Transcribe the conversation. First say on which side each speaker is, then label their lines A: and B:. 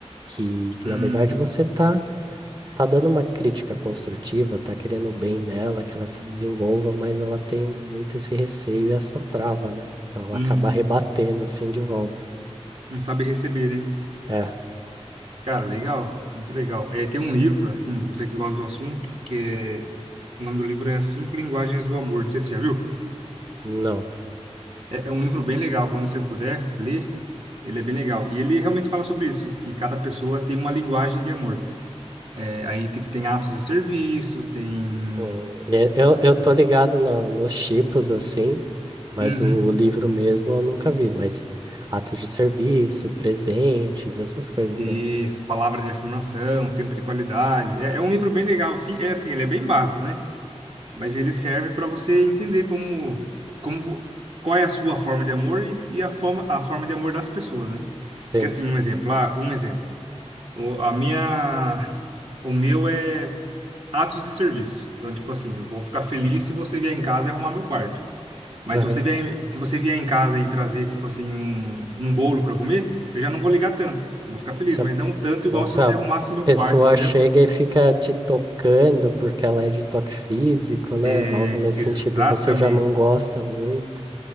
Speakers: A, on the right; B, on the right.
A: que, que
B: uhum,
A: na verdade você está tá dando uma crítica construtiva, tá querendo o bem
B: sim,
A: dela, que ela se desenvolva, mas ela tem muito esse receio e essa trava, né? Então ela
B: uhum.
A: acaba rebatendo assim de volta.
B: Não sabe receber, né?
A: É,
B: Cara, legal, muito legal. É, tem um livro, assim, você que gosta do assunto, que é. O nome do livro é As Cinco Linguagens do Amor. Não sei se você já viu.
A: não.
B: É, é um livro bem legal, quando você puder ler, ele é bem legal. E ele realmente fala sobre isso, que cada pessoa tem uma linguagem de amor. É, aí, tipo, tem atos de serviço, tem...
A: Hum, e- Eu, eu tô ligado na- nos tipos assim, mas
B: Uhum,
A: o, o livro mesmo eu nunca vi, mas atos de serviço, presentes, essas coisas,
B: isso,
A: né? Então,
B: palavra de afirmação, tempo de qualidade. É, é um livro bem legal, assim, é assim, ele é bem básico, né? Mas ele serve para você entender como, como, vo- qual é a sua forma de amor e, e a forma, a forma de amor das pessoas, né? Porque,
A: sim.
B: assim, um exemplo, ah, um exemplo. O, a minha, o meu é atos de serviço. Então, tipo assim, eu vou ficar feliz se você vier em casa e arrumar meu quarto. Mas
A: Aham.
B: se você vier, se você vier em casa e trazer, tipo assim, um, um bolo para eu comer, eu já não vou ligar tanto. Vou ficar feliz,
A: Se
B: mas não tanto igual
A: Ou se
B: se você
A: a
B: arrumasse meu
A: pessoa
B: quarto, entendeu?
A: chega e fica te tocando porque ela é de toque físico, né?
B: É,
A: Algo nesse
B: exatamente.
A: sentido você já não gosta muito.